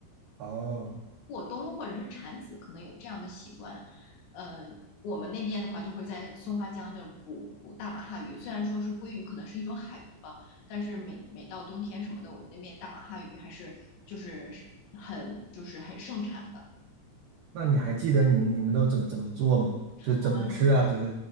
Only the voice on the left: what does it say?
过冬或者是产子可能有这样的习惯，呃，我们那边的话就会在松花江那儿捕捕大马哈鱼，虽然说是鲑鱼，可能是一种海鱼吧，但是每每到冬天什么的，我们那边大马哈鱼还是就是很就是很盛产的。
我们